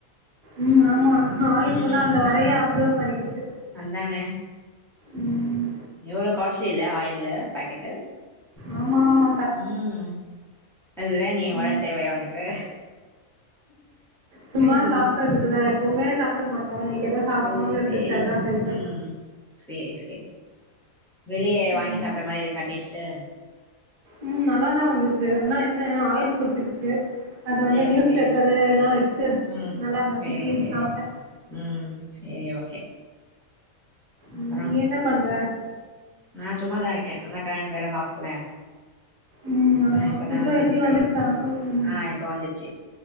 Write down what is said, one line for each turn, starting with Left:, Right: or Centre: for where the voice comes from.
Right: ம் ஆமா ஆயில்
Centre: ம்
Right: ஃபுல்லா அந்த வடயே அப்சர்வ் பண்ணிக்கிச்சு
Centre: அந்தானே
Right: ம்
Centre: எவ்ளோ காஸ்லில்ல ஆயிலு பாக்கெட்டு
Right: ஆமாமா
Centre: ம் அதுல நீ
Right: ம்
Centre: வழ தேவையா உனக்கு
Right: சும்மா
Centre: ம்
Right: சாப்பட்றதுக்குதா எப்பவுமே சாப்ட மாட்டோ இன்னிக்கெதோ சாப்புனோனு
Centre: சேரி
Right: இருந்துச்சி
Centre: சேரி
Right: அதா செஞ்சே
Centre: ம் சேரி சேரி வெளியே
Right: ம்
Centre: வாங்கி சாப்டா மாரி இருக்கா டேஸ்ட்டு
Right: ம் நல்லாதா வந்துச்சு ஆனா என்ன ஆயில் புட்டுக்கிச்சு அது வந்து
Centre: சேரி
Right: நியூஸ்
Centre: சேரி
Right: பேப்பரு எல்லா வெச்சு
Centre: ம்
Right: நல்லா நசுக்கி
Centre: சேரி சேரி
Right: சாப்ட்டே
Centre: ம் செரி ஓகே
Right: ம்
Centre: அப்றோ
Right: நீ என்ன பண்ற
Centre: நா சும்மாதா இருக்கே அதா கரண்ட்டு வேற ஹாஃப்ல
Right: ம்
Centre: ஆ
Right: ஆமா
Centre: இப்பதா
Right: இப்போ
Centre: வந்துச்சு
Right: எப்டி வந்துருச்சா ம்
Centre: ஆ இப்ப வந்துருச்சு